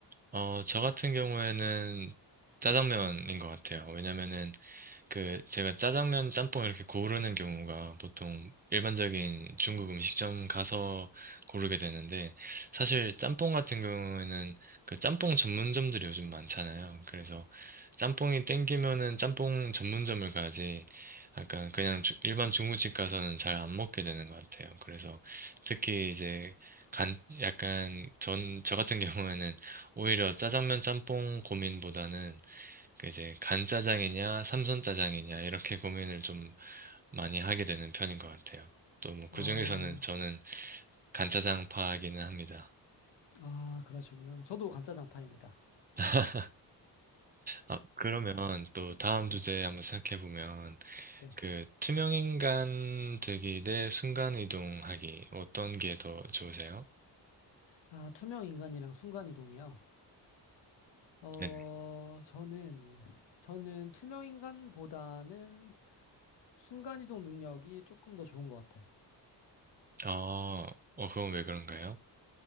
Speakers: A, on the right; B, on the left.
A: 어, 저 같은 경우에는 짜장면인 것 같아요. 왜냐면은 그 제가 짜장면, 짬뽕 이렇게 고르는 경우가 보통 일반적인 중국 음식점 가서 고르게 되는데 사실 짬뽕 같은 경우에는 그 짬뽕 전문점들이 요즘 많잖아요. 그래서 짬뽕이 땡기면은 짬뽕 전문점을 가지 약간 그냥 주- 일반 중국집 가서는 잘 안 먹게 되는 것 같아요. 그래서 특히 이제 간 약간 전 저 같은 경우에는 오히려 짜장면 짬뽕 고민보다는 그 이제 간짜장이냐, 삼선짜장이냐, 이렇게 고민을 좀 많이 하게 되는 편인 것 같아요. 또 뭐 그중에서는
B: 아,
A: 저는 간짜장파이기는 합니다.
B: 아, 그러시구나. 저도 간짜장파입니다.
A: <laughs> 아, 그러면 또 다음
B: 네,
A: 주제에 한번 생각해 보면
B: 네.
A: 그 투명인간 되기 대 순간이동하기 어떤 게 더 좋으세요?
B: 아, 투명인간이랑 순간이동이요. 어,
A: 네.
B: 저는, 저는 투명인간보다는 순간이동 능력이 조금 더 좋은 것 같아요.
A: 어, 어, 그건 왜 그런가요?